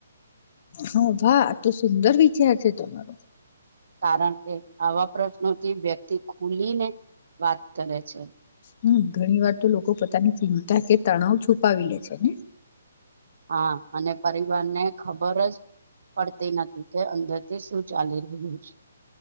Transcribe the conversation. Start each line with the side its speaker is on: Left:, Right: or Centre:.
Left: હા વાહ તો સુંદર વિચાર છે તમારો
Right: કારણ કે આવા પ્રશ્નોથી વ્યક્તિ ખુલીને વાત કરે છે
Left: હમ ઘણી વાર તો લોકો પોતાની ચિંતા કે તણાવ છુપાવી લે છે ને
Right: હા અને પરિવાર ને ખબર જ પડતી નથી કે અંદરથી શું ચાલી રહ્યું છે